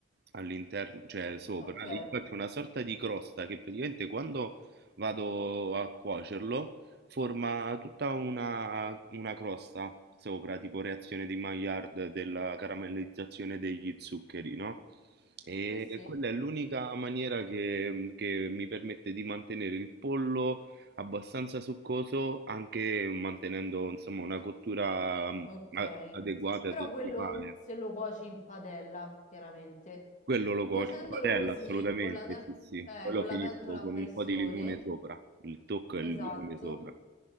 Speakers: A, on the right (about 60°); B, on the left (about 40°).
A: all'interno, cioè sopra,
B: Ok,
A: e gli faccio una sorta di crosta che praticamente quando vado a cuocerlo Forma tutta una, una crosta sopra, tipo reazione di Maillard della caramellizzazione degli zuccheri, no? E
B: sì, sì,
A: quella è l'unica maniera che, che mi permette di mantenere il pollo abbastanza succoso, anche mantenendo, insomma, una cottura mm,
B: ok.
A: a- adeguata
B: Però
A: ed ottimale.
B: quello se lo cuoci in padella, chiaramente.
A: Quello lo cuocio
B: Cuocendolo
A: in padella,
B: così
A: assolutamente,
B: con la, tem-
A: sì, sì.
B: eh,
A: Poi
B: con
A: lo finisco
B: la pentola
A: con
B: a pressione.
A: un po' di limone sopra. Il tocco è
B: Esatto,
A: il limone sopra.